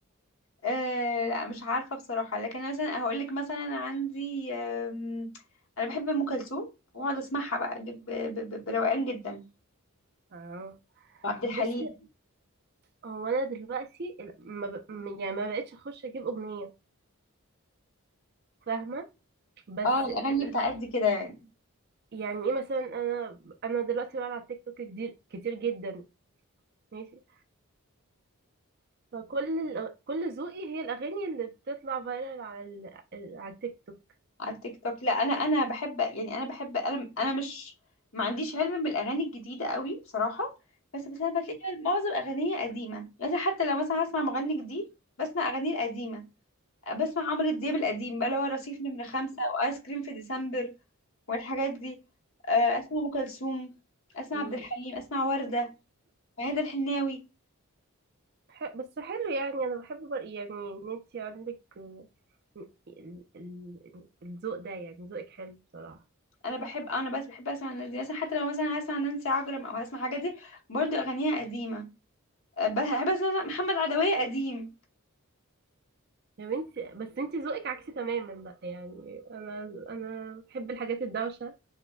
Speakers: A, on the left (about 65°); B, on the right (about 45°).
A: آه لا مش عارفه بصراحه لكن أنا مثلا هقول لك مثلا عندي آم، انا بحب ام كلثوم واقعد اسمعها بقى ب- ب- ب- بروقان جدا
B: اه
A: وعبد الحليم
B: بصي هو انا دلوقتي ال- ما ب... م- يعني ما بقتش اخش اجيب اغنية فاهمة بس
A: اه الاغاني
B: ال-
A: بتاعت دي كده يعني
B: يعني ايه مثلا انا انا دلوقتي بقعد على التيك توك كتير كتير جدا ماشي فكل الأغ- كل ذوقي هي الاغاني اللي بتطلع فايرال على ال... ال- على التيك توك
A: على التيك توك لا انا انا بحب يعني انا بحب انا انا مش ما عنديش علم بالاغاني الجديده قوي بصراحه بس بس انا بتلاقي معظم اغانيه قديمه يعني حتى لو مثلا هسمع مغني جديد بسمع اغانيه القديمه بسمع عمرو دياب القديم بقى اللي هو رصيف نمرة خمسة وآيس كريم في ديسمبر والحاجات دي آه، أسمع أم كلثوم أسمع
B: اه
A: عبد الحليم أسمع وردة ميادة الحناوي
B: ح- بس حلو يعني انا بحب بر- يعني ان انت عندك آه، ال- ال- الذوق ده يعني ذوقك حلو بصراحة
A: أنا بحب أنا بس بحب أسمع الناس دي مثلا حتى لو مثلا هسمع نانسي عجرم أو هسمع حاجات دي برضو أغانيها قديمة آه، بحب أسمع محمد عدوية قديم
B: يا بنتي بس انت ذوقك عكسي تماما بقى يعني انا انا بحب الحاجات الدوشة